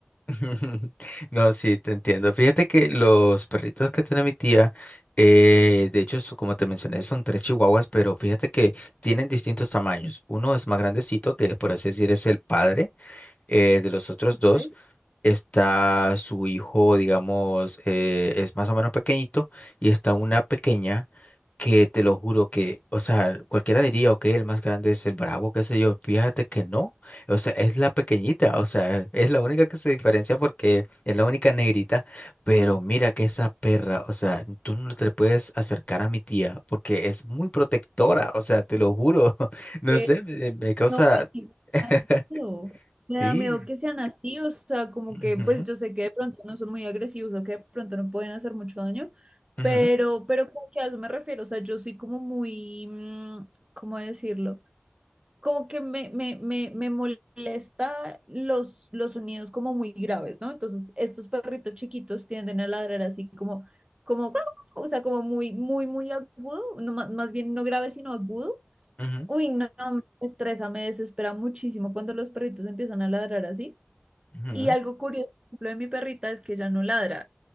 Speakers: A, on the left; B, on the right.
A: <laughs> No, sí, te entiendo. Fíjate que los perritos que tiene mi tía, eh, de hecho, su- como te mencioné, son tres chihuahuas, pero fíjate que tienen distintos tamaños. Uno es más grandecito, que por así decir es el padre eh, de los otros dos,
B: ¿sabes?
A: está su hijo, digamos, eh, es más o menos pequeñito, y está una pequeña que te lo juro que, o sea, cualquiera diría, ok, el más grande es el bravo, qué sé yo, fíjate que no, o sea, es la pequeñita, o sea, <laughs> es la única que se diferencia porque es la única negrita, pero mira que esa perra, o sea, tú no te puedes acercar a mi tía porque es muy protectora, o sea, te lo juro, <laughs> no
B: Eh,
A: sé, me, me causa,
B: No, y me
A: <laughs>
B: da miedo. Me
A: sí.
B: da miedo que sean así, o sea, como
A: ujú,
B: que, pues yo sé que de pronto no son muy agresivos o que de pronto no pueden hacer mucho daño,
A: ujú,
B: pero, pero como que a eso me refiero, o sea, yo soy como muy, mm, ¿cómo decirlo? Como que me, me, me, me molesta los, los sonidos como muy graves, ¿no? Entonces, estos perritos chiquitos tienden a ladrar así como, como, o sea, como muy, muy, muy agudo, no, ma- más bien no grave, sino agudo.
A: ujú.
B: Uy, no, no, me estresa, me desespera muchísimo cuando los perritos empiezan a ladrar así.
A: Ujú,
B: Y algo curioso, por ejemplo, de mi perrita es que ella no ladra.